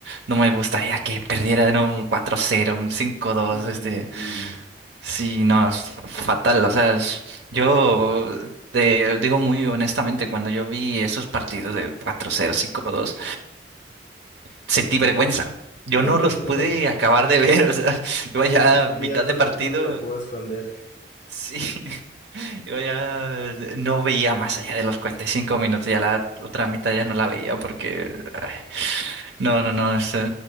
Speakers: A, on the right (about 75°); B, on the left (about 45°).
A: no me gustaría que perdiera de nuevo un cuatro cero, un cinco dos,
B: Y
A: este,
B: sí.
A: sí, no, es fatal. O sea, es- yo te digo muy honestamente, cuando yo vi esos partidos de cuatro cero, cinco dos sentí vergüenza. Yo
B: <laughs>
A: no los pude acabar de ver, o sea, <laughs> iba
B: lo
A: ya
B: que tú
A: a
B: querías
A: mitad de
B: dónde,
A: partido,
B: dónde me puedo esconder.
A: sí, <laughs> iba ya, no veía más allá de los 45 minutos, ya la otra mitad ya no la veía porque, ay, no, no, no, es eh,